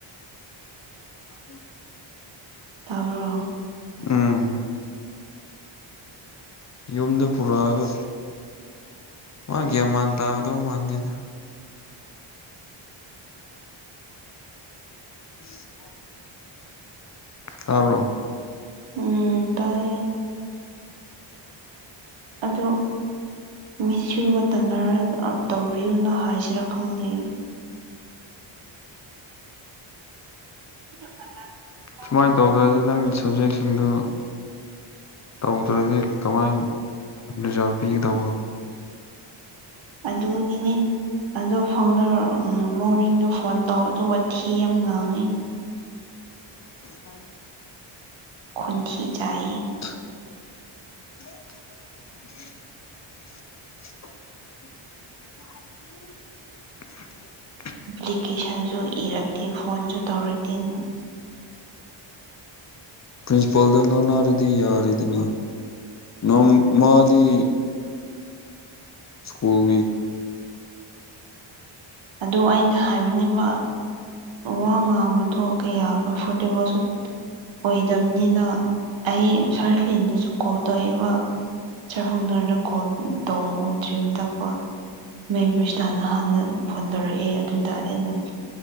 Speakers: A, on the left; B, on the right.
A: ꯎꯝ
B: ꯑꯣ
A: ꯎꯝ ꯌꯨꯝꯗ ꯄꯨꯔꯛꯑꯒ ꯋꯥꯒꯌꯥꯃꯥꯟ ꯇꯥꯒꯗ ꯃꯥꯟꯗꯅ ꯎ ꯇꯥꯕ꯭ꯔꯣ
B: ꯎꯝ ꯇꯌꯦ ꯑꯗꯨ ꯃꯤꯁꯨꯒ ꯇꯅꯔ ꯇꯧꯕꯤꯌꯨꯅ ꯍꯥꯏꯁ ꯁꯤꯤꯔꯛ ꯈꯪꯗꯦ <unintelligible>
A: ꯁꯨꯃꯥꯏꯅ ꯇꯧꯗ꯭ꯔꯗꯤ ꯅꯪꯒꯤ ꯁꯕꯖꯦꯛꯁꯤꯡꯗꯨ ꯇꯧꯗ꯭ꯔꯗꯤ ꯀꯃꯥꯏꯅ ꯔꯤꯖꯥꯜ ꯄꯤꯒꯗꯧꯕ
B: ꯑꯗꯨꯅꯤꯅꯦ ꯑꯗꯣ ꯐꯥꯎꯟꯗꯔ ꯃꯣꯔꯅꯤꯡꯗꯣ ꯐꯣꯟ ꯇꯧ ꯇ ꯌꯥꯝꯝ ꯉꯥꯡꯉꯦ
A: ꯍ
B: ꯈꯟꯤ ꯆꯥꯏ
A: <unintelligible> <unintelligible>
B: ꯑꯦꯄ꯭ꯂꯤꯀꯦꯁꯟꯁꯨ ꯏꯔꯛꯇꯦ ꯐꯣꯟꯁꯨ ꯇꯧꯔꯛꯇꯦꯅ
A: ꯄ꯭ꯔꯤꯟꯁꯤꯄꯥꯜꯗ ꯅ ꯅꯥꯔꯗꯤ ꯌꯥꯔꯦꯗꯅ ꯅꯣꯡ ꯃꯥꯗꯤ ꯁ꯭ꯀꯨꯜ ꯤꯛ
B: ꯑ ꯑꯩꯅ ꯍꯥꯏꯕꯅꯦꯕ ꯋꯥ ꯉꯥꯡꯕꯗꯣ ꯀꯌꯥ ꯀꯝꯐꯣꯔꯇꯦꯕꯜꯁꯨ ꯑꯣꯏꯗꯕꯅꯤꯅ ꯑꯩ ꯁꯥꯔꯂꯤꯟꯗꯁꯨ ꯀꯣꯜ ꯇꯧꯏꯦꯕ ꯆꯔ ꯐꯨꯡꯗꯔꯔ ꯀꯣ ꯇꯣꯖꯖꯤꯕꯗ ꯀꯣ ꯃꯦꯝꯕꯔꯁꯤꯇꯅ ꯍꯥꯟꯅ ꯐꯣꯟ ꯇꯧꯔꯛꯑꯦ ꯑꯗꯨꯗ ꯑꯩꯅ